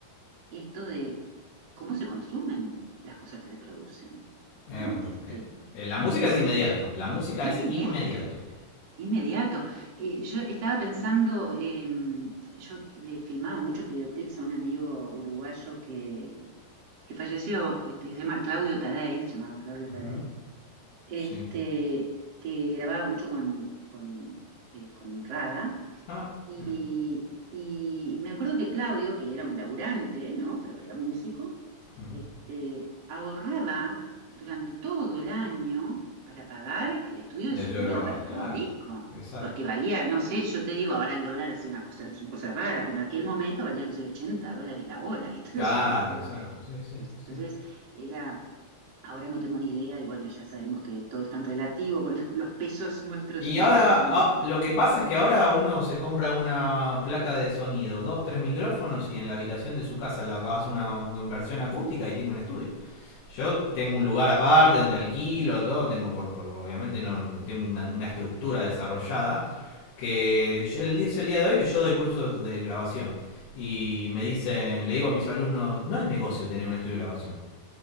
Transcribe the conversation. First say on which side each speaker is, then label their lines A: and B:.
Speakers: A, on the right; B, on the left.
A: esto de cómo se consumen las cosas que se producen,
B: eh,
A: ¿no?
B: bueno,
A: De Este,
B: eh, eh, la música
A: eh,
B: es
A: por
B: inmediato,
A: ejemplo,
B: la música
A: inmediato.
B: es inmediato.
A: Inmediato. Eh, yo estaba pensando, eh, yo le filmaba muchos videoclips a un amigo uruguayo que, que falleció, este, se llama Claudio Tadei, se llamaba Claudio Tadei,
B: Ujú,
A: este,
B: Sí.
A: que grababa mucho con, con, eh, con Rada.
B: Ah,
A: Y,
B: mira.
A: y me acuerdo que Claudio, que era un laburante, ¿no? Pero era músico,
B: ujú.
A: este, ahorraba durante todo el año para pagar el estudio de
B: Ya
A: sonido
B: yo grababa.
A: para grabar
B: Claro,
A: el disco.
B: exacto.
A: Porque valía, no sé, yo te digo, ahora el dólar ha sido una cosa, una cosa rara, pero en aquel momento valía que sé, 80 dólares la hora, ¿viste?
B: Claro,
A: <laughs> Eso de estudio.
B: exacto. Sí, sí,
A: No sé, Entonces,
B: sí.
A: era, ahora no tengo ni idea, y bueno, ya sabemos que todo es tan relativo con <laughs> los pesos nuestros
B: Y
A: y
B: ahora,
A: los cambios.
B: ah, lo que pasa es que ahora uno se compra una placa de sonido, dos, tres micrófonos y en la habitación de su casa la hace una inversión acústica y tiene un estudio. Yo tengo un lugar aparte donde alquilo, todo, tengo por, por- obviamente no tengo una, una estructura desarrollada, que el, día- es el día de hoy que yo doy cursos de grabación. Y me dicen, le digo a mis alumnos, no es negocio tener un estudio de grabación.